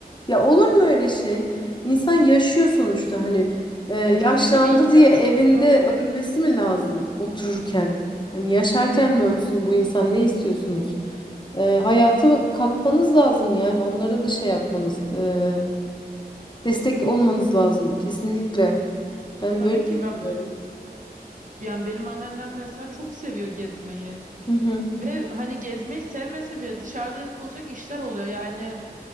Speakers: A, on the left; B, on the right.
A: Ya olur mu öyle şey? İnsan yaşıyor sonuçta hani. Ee, yaşlandı
B: E tabii ki bir ihtiyaç
A: diye evinde
B: oluyor.
A: ölmesi mi lazım otururken? Hani yaşarken
B: Evet.
A: mi ölsün bu insan ne istiyorsunuz? Ee, hayata katmanız lazım yani onlara da şey yapmanız, e, destek olmanız lazım kesinlikle. Ben
B: Tabii
A: böyle
B: ki
A: düşünüyorum.
B: ben, yani benim anneannem mesela çok seviyor gezmeyi.
A: Hı hı.
B: Ve hani gezmeyi sevmese bile dışarıda yapılacak işler oluyor. Yani